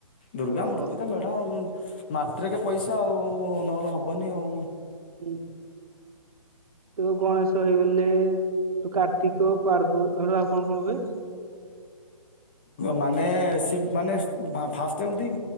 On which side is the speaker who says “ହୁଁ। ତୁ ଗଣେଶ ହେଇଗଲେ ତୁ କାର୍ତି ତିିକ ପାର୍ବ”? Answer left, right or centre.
Right